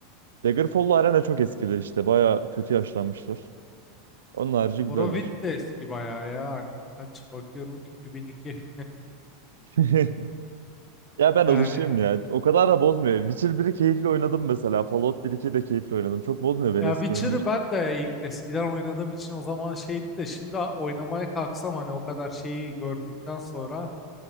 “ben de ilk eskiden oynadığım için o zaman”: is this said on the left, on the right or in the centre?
Left